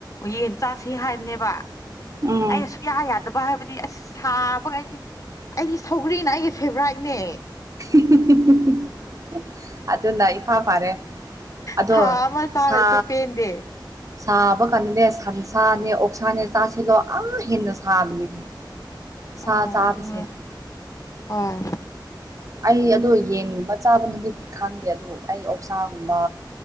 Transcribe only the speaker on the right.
ꯎꯝ
ꯍꯤ ꯍꯤ ꯍꯤ ꯍꯤ ꯑꯗꯨꯅ ꯏꯐꯥ ꯐꯔꯦ ꯑꯗꯣ
ꯁꯥ
ꯁꯥꯕꯀꯥꯟꯅ ꯅꯦ ꯁꯟꯁꯥꯅꯦ ꯑꯣꯛꯁꯥꯅꯦ ꯆꯥꯁꯤꯜꯂꯣ ꯑꯥ ꯍꯦꯟꯅ ꯁꯥꯕꯅꯦ ꯁꯥ
ꯆꯥꯕꯁꯦ
ꯑꯩ ꯑꯗꯣ ꯌꯦꯟꯒꯨꯝꯕ ꯆꯥꯕ ꯅꯨꯃꯤꯠꯇꯤ ꯈꯪꯗꯦ ꯑꯗꯣ ꯑꯩ ꯑꯣꯛꯁꯥꯒꯨꯝꯕ